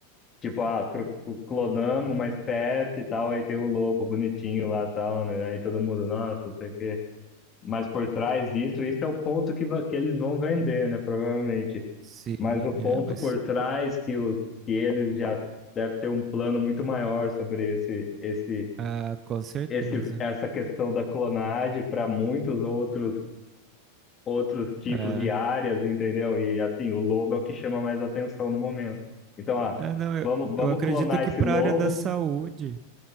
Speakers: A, on the left; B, on the right.
A: tipo, ah, cro- clonamos uma espécie e tal, aí tem o lobo bonitinho lá e tal, né, aí todo mundo, nossa, não sei o quê. Mas por trás disso, isso é o ponto que, va- que eles vão vender, né, provavelmente.
B: Sim,
A: Mas o ponto
B: é, mas
A: por trás que, os, que eles já devem ter um plano muito maior sobre esse, esse,
B: ah, com certeza.
A: esse, essa questão da clonagem para muitos outros outros tipos
B: É.
A: de áreas, entendeu? E assim, o lobo é o que chama mais atenção no momento. Então, ah,
B: É, não, eu,
A: vamos, vamos
B: eu acredito
A: clonar
B: que
A: esse
B: para
A: lobo,
B: a área da saúde,